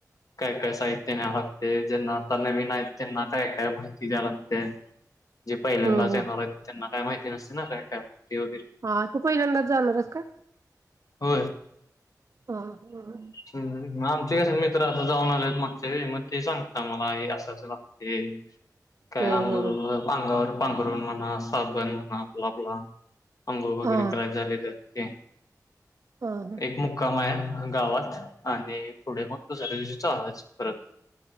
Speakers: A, on the left (about 55°); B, on the right (about 50°).
A: काय काय साहित्य न्यायाला लागतय ज्यांना आता नवीन आहेत त्यांना काय काय माहिती द्याय लागत्या जे पहिल्यांदाच
B: हम्म
A: येणार आहेत त्यांना काय माहिती नसते ना काय काय--? वगैरे
B: हा. तू पहिल्यांदाच जाणार आहेस का?
A: होय.
B: हा हा.
A: ह आमचे कसे मित्र आता जाऊन आल्यात मागच्या वेळी मग ते सांगता मला हे असं असं लागतय. <inaudible> काय
B: हम्म
A: अंंगरून
B: हम्म
A: अंगावर पांघरुण, म्हणा साबण म्हणा, आपला आपला अंघोळ वगैरे
B: हा
A: करायची झाली तर
B: हा ह
A: एक मुक्काम आहे गावात. आणि पुढे मग दुसऱ्या दिवशी चालाच परत